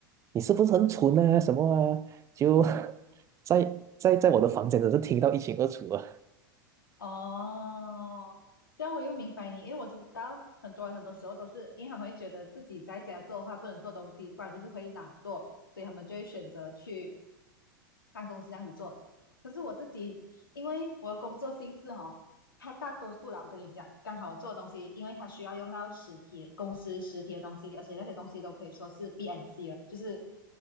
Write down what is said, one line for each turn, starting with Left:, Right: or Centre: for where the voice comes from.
Right: 你是不是很蠢啊什么啊，就 <laughs> 在在在我的房间，真是听到一清二楚啊。
Left: 哦，这样我又明白你，因为我知道很多人很多时候都是因为他们会觉得自己在家做的话不能做东西，不然就是会懒惰，所以他们就会选择去办公室这样子做。可是我自己，因为我的工作性质哦，它大多数啦，我跟你讲，刚好我做的东西，因为它需要用到实体公司实体的东西，而且那些东西都可以说是 B a n C 的，就是